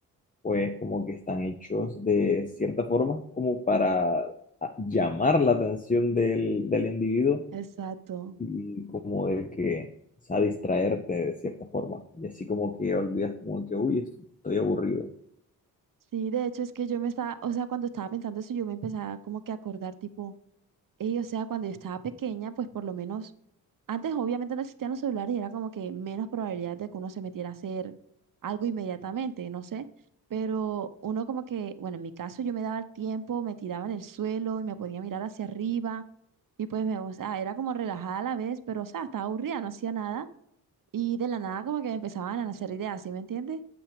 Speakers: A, on the left; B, on the right.
A: pues como que están hechos de cierta forma como para a- llamar la atención del, del individuo
B: Exacto.
A: y como de que, o sea, distraerte de cierta forma. Y así como que olvidas como que, uy, estoy aburrido.
B: Sí, de hecho es que yo me estaba, o sea, cuando estaba pensando eso, yo me empezaba como que a acordar tipo, ey, o sea, cuando yo estaba pequeña, pues por lo menos, antes obviamente no existían los celulares y era como que menos probabilidad de que uno se metiera a hacer algo inmediatamente, no sé, pero uno como que, bueno, en mi caso yo me daba el tiempo, me tiraba en el suelo y me podía mirar hacia arriba y pues me, o sea, era como relajada a la vez, pero o sea, estaba aburrida, no hacía nada. Y de la nada como que me empezaban a nacer ideas, ¿sí me entiendes?